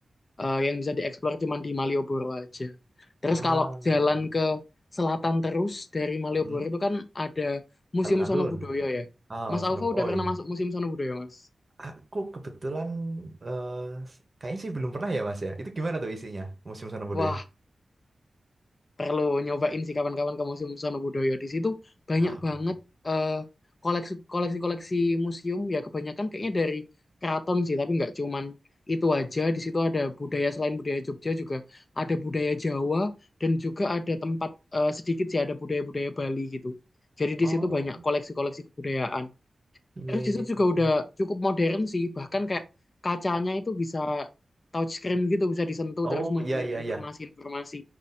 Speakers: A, on the left; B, on the right.
A: eh, yang bisa dieksplor cuma di Malioboro aja. Terus
B: Ah,
A: kalau jalan
B: iya.
A: ke selatan terus dari Malioboro
B: Mm.
A: itu kan ada Museum
B: Alun-alun.
A: Sono Budoyo ya.
B: Ah,
A: Mas
B: suasana
A: Alfa
B: bu-
A: udah
B: Oh
A: pernah
B: iya.
A: masuk Museum Sono Budoyo, Mas?
B: Aku kebetulan eh, s- kayaknya sih belum pernah ya, Mas ya. Itu gimana tuh isinya? Museum Sonobudoyo?
A: Wah, perlu nyobain sih kawan-kawan ke Museum Sonobudoyo. Di situ banyak
B: Wah,
A: banget
B: buat-
A: eh, koleksi koleksi-koleksi museum ya kebanyakan kayaknya dari keraton sih, tapi nggak cuman itu aja. Di situ ada budaya selain budaya Jogja juga ada budaya Jawa dan juga ada tempat eh, sedikit sih ada budaya-budaya Bali gitu. Jadi di
B: Oh,
A: situ banyak koleksi-koleksi kebudayaan.
B: iya
A: Terus di
B: iya
A: situ juga
B: iya.
A: udah cukup modern sih, bahkan kayak kacanya itu bisa touchscreen gitu, bisa disentuh
B: Oh,
A: terus munculin
B: iya iya
A: informasi-informasi
B: iya.